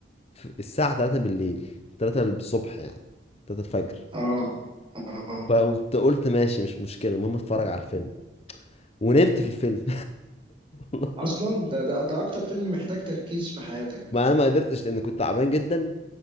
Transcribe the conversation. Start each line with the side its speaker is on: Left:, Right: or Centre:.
Left: في الساعه 3 بالليل 3 الصبح يعني 3 الفجر
Right: اه اه
Left: فقمت قلت ماشي مش مشكله المهم اتفرج على الفيلم ونمت في الفيلم <laughs>
Right: اصلا ده ده ده اكتر فيلم محتاج تركيز في حياتك
Left: ما انا ما قدرتش لان كنت تعبان جدا